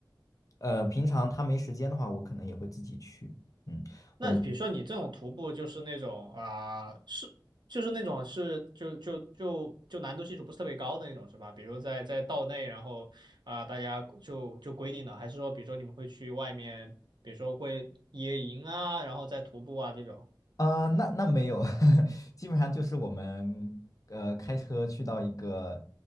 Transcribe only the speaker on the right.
那比如说你这种徒步就是那种啊、
是就是那种是就就就就难度系数不是特别高的那种是吧？比如在在道内，然后啊、大家就就规定的，还是说比如说你们会去外面，比如说会野营啊，然后再徒步啊这种，